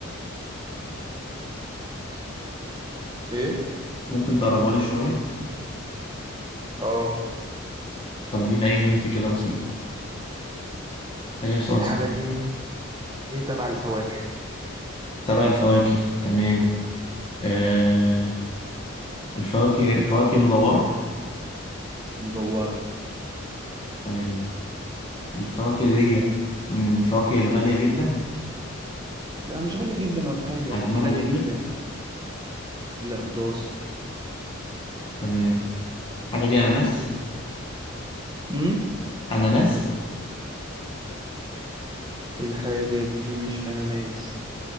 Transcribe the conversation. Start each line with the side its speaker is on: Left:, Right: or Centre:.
Right: ايه
Left: ممكن تقربها لي شوية
Right: اه
Left: طب اديني أي هنت كده بسيط ده غير سؤال
Right: الحاجة
Left: صعب
Right: دي هي تبع الفواكه
Left: تبع الفواكه تمام آه الفواكه فواكه مدورة
Right: مدورة
Left: تمام الفواكه ديت من الفواكه الغالية جدا
Right: لا مش غالية جدا ولا حاجة
Left: حجمها
Right: يعني ايه غالية
Left: كبير
Right: جدا لا متوسط
Left: تمام الحاجة دي أناناس
Right: امم
Left: أناناس
Right: الحاجة دي مش أناناس